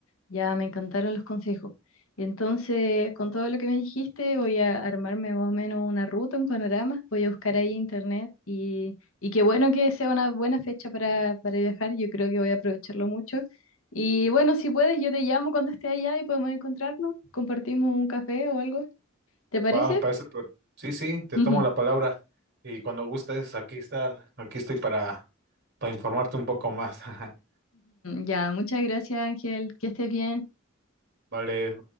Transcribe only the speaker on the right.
Va, me parece, pero sí, sí, te
tomo la palabra y cuando gustes, aquí está, aquí estoy para, para informarte un poco más. <laughs>
Vale,